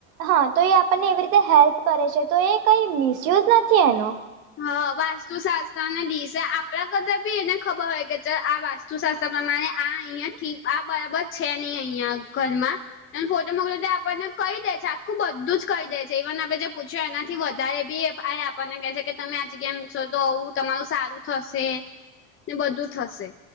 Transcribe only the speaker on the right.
હા, તો એ આપણને એવી રીતે હેલ્પ કરે છે, તો એ કઈ મિસયુઝ નથી એનો.